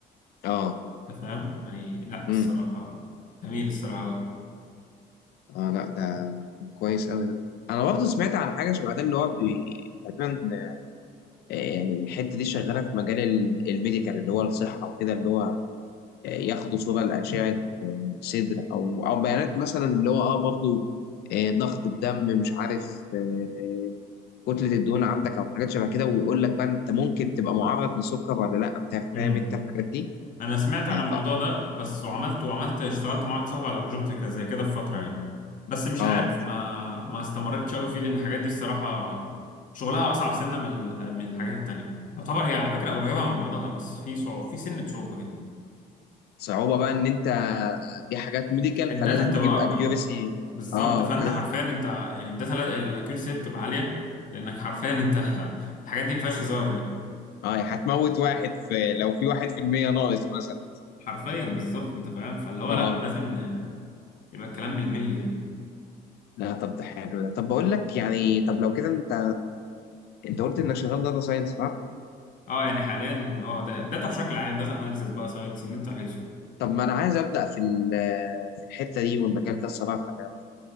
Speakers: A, on the left (about 70°); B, on the left (about 50°).
A: اه
B: انت فاهم يعني لا الصراحه
A: امم
B: جميل الصراحه
A: اه لا ده كويس قوي ده انا برضه سمعت عن حاجه شبه ده اللي هو بي... تقريبا آه، الحته دي شغاله في مجال ال- الميديكال اللي هو الصحه وكده اللي هو آه، ياخدوا صوره لاشعه صدر او او بيانات مثلا اللي هو اه برضه آه ضغط الدم مش عارف آه كتله الدهون عندك او حاجات شبه كده ويقول لك بقى انت ممكن تبقى معرض لسكر ولا لا انت
B: قوي
A: فاهم انت الحاجات دي
B: انا سمعت عن
A: آه
B: الموضوع
A: ف
B: ده بس وعملت وعملت اشتغلت مع واحد صاحبي على بروجكت ك- زي كده في فتره يعني بس مش
A: اه
B: عارف ما ما استمرتش قوي فيه لان الحاجات دي الصراحه شغلها اصعب سنه من ال- من الحاجات التانية يعتبر هي على فكره قريبه من بعضها بس في صعوبه في سنه صعوبه كده
A: صعوبه بقى ان انت دي حاجات ميديكال
B: الداتا
A: فلازم
B: بتبقى
A: تجيب
B: اكبر
A: اكيورسي
B: بالظبط
A: اه
B: فانت
A: لازم
B: حرفيا انت يعني الداتا الاكيورسي بتبقى عاليه لانك حرفيا انت <laughs> الحاجات دي ما فيهاش هزار يعني
A: اه يعني هتموت واحد في لو في واحد في المية ناقص مثلا
B: حرفيا بالظبط انت فاهم فاللي هو
A: اه
B: لا
A: آه.
B: لازم ن- يبقى الكلام بالملي يعني
A: لا طب ده حلو ده طب بقول لك يعني طب لو كده انت انت قلت انك شغال داتا ساينس صح؟
B: اه يعني حاليا اه ده داتا بشكل عام داتا اناليسيس بقى ساينس اللي انت عايزه
A: طب ما انا عايز ابدا في ال- في الحته دي والمجال ده الصراحه يعني.